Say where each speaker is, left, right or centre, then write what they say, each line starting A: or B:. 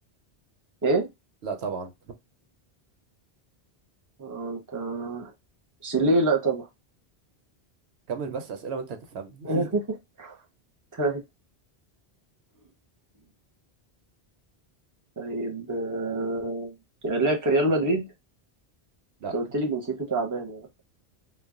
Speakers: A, on the right; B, on the right.
A: ايه
B: لا طبعا
A: آه، انت سيليه لا طبعا
B: <laughs> كمل بس اسئله وانت هتفهمني
A: <laughs>
B: <laughs>
A: طيب طيب آه، كان لعب في ريال مدريد
B: لا
A: انت قلت لي جنسيته تعبانه